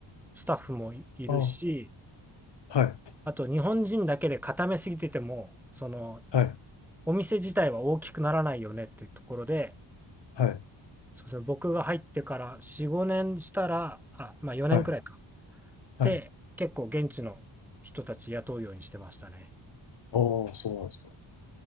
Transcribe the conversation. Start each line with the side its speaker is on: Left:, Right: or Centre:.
Centre: スタッフもいいるし、
Left: ああ、はい、
Centre: あと日本人だけで固めすぎてても、その
Left: はい、
Centre: お店自体は大きくならないよねっていうところで、
Left: はい、
Centre: そうですね、僕が入ってから4、5年したら、あ、まあ4年くらいか。
Left: はい、はい。
Centre: で、結構現地の人たち雇うようにしてましたね。
Left: ああ、そうなんですか。